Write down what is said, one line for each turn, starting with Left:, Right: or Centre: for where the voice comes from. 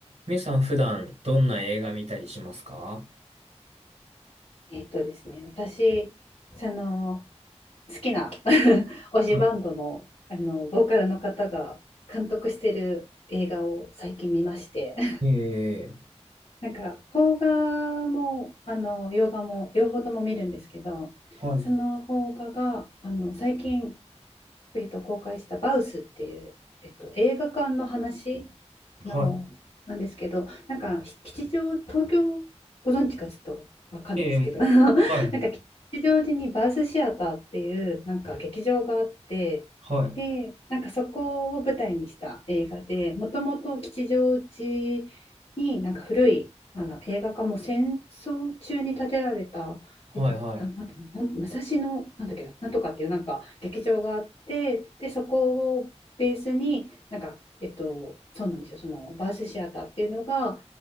Right: みゆさん普段どんな映画見たりしますか
Left: えっとですね、私、その好きな <laughs> 推しバンドの、
Right: は
Left: あのボーカルの方が監督してる映画を最近見まして <laughs>
Right: い。えー、
Left: なんか邦画もあの洋画も両方とも見るんですけどその邦画があの最近
Right: はい。
Left: えっと、公開したバウスっていう、えっと、映画館の話
Right: は
Left: の、なんですけど、なんか吉祥、東京ご存知かちょっとわかんないですけど、
Right: い。えー、
Left: あの <laughs> なんか
Right: はい。
Left: 吉祥寺にバウスシアターっていうなんか劇場があって、
Right: はい。
Left: で、なんかそこを舞台にした映画で、もともと吉祥寺になんか古いあの映画館も戦争中に建てられたえっと、
Right: はいはい。
Left: ななんかなん武蔵野なんだっけな、なんとかっていうなんか劇場があってでそこをベースになんか、えっと、そうなんですよそのバースシアターっていうのが